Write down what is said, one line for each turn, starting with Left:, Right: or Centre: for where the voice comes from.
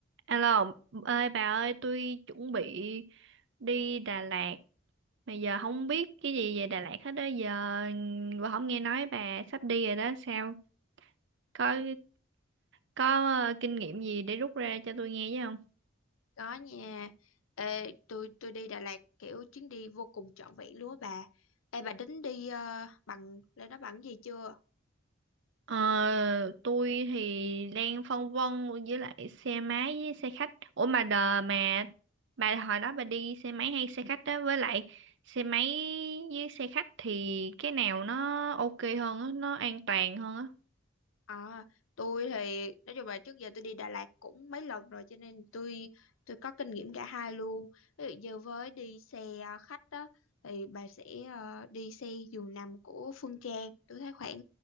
Right: Alo, ơi bà ơi, tôi chuẩn bị đi Đà Lạt. Mà giờ không biết cái gì về Đà Lạt hết đó. Giờ bà không nghe nói bà sắp đi rồi đó. Sao? Có có ờ, kinh nghiệm gì để rút ra cho tôi nghe chứ không?
Left: Có nha. Ê, tôi tôi đi Đà Lạt kiểu chuyến đi vô cùng trọn vẹn luôn á bà. Ê bà tính đi ờ, bằng lên đó bằng cái gì chưa?
Right: Ờ, tôi thì đang phân vân với lại xe máy với xe khách. Ủa mà đờ mà bà hồi đó bà đi xe máy hay xe khách đó với lại xe máy với xe khách thì cái nào nó ok hơn á, nó an toàn hơn á?
Left: À, tôi thì nói chung là trước giờ tôi đi Đà Lạt cũng mấy lần rồi cho nên tôi tôi có kinh nghiệm cả hai luôn. Ví dụ như với đi xe ờ, khách đó thì bà sẽ ờ, đi xe giường nằm của Phương Trang. Tôi thấy khoảng